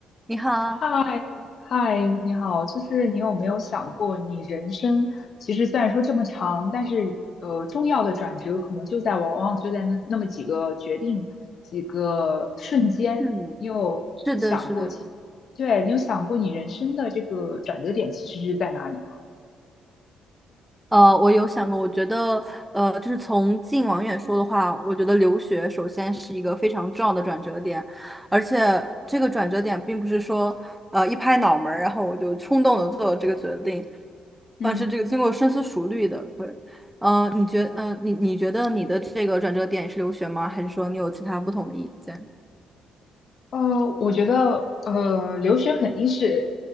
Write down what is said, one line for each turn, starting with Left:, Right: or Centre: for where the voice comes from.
Centre: 你好，
Left: 嗨嗨，你好，就是你有没有想过，你人生其实虽然说这么长，但是呃，重要的转折可能就在往往就在那那么几个决定、几个瞬间，
Centre: 嗯，
Left: 你有想过其，
Centre: 是的，是的，
Left: 对，你有想过你人生的这个转折点其实是在哪里吗？
Centre: 呃，我有想过，我觉得，呃，就是从近往远说的话，我觉得留学首先是一个非常重要的转折点，而且这个转折点并不是说，呃，一拍脑门儿，然后我就冲动的做了这个决定，
Left: 嗯。
Centre: 而是这个经过深思熟虑的。对，呃，你觉，呃，你你觉得你的这个转折点是留学吗？还是说你有其他不同的意见？
Left: 呃，我觉得呃，留学肯定是